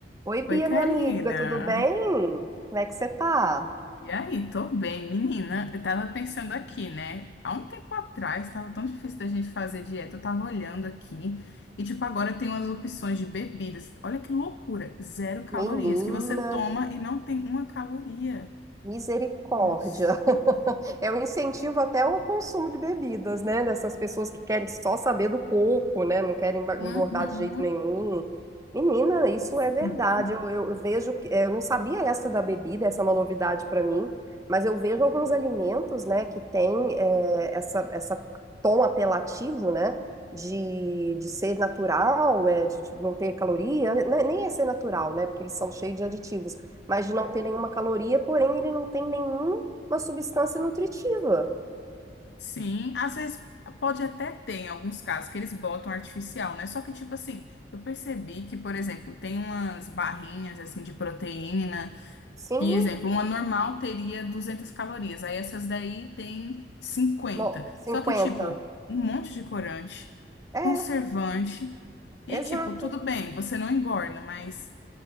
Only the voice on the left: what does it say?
Oi,
Karina.
E aí, tô bem, menina. Eu tava pensando aqui, né? Há um tempo atrás tava tão difícil da gente fazer dieta. Eu tava olhando aqui e, tipo, agora tem umas opções de bebidas. Olha que loucura! Zero calorias
que você toma e não tem uma caloria.
Nossa.
Uhum.
Sim.
Sim. Às vezes pode até ter em alguns casos que eles botam artificial, né? Só que, tipo assim, eu percebi que, por exemplo, tem umas barrinhas assim de proteína.
E exemplo, uma normal teria 200 calorias, aí essas daí tem cinquenta.
Só que, tipo, um monte de corante,
conservante. E
aí, tipo, tudo bem, você não engorda, mas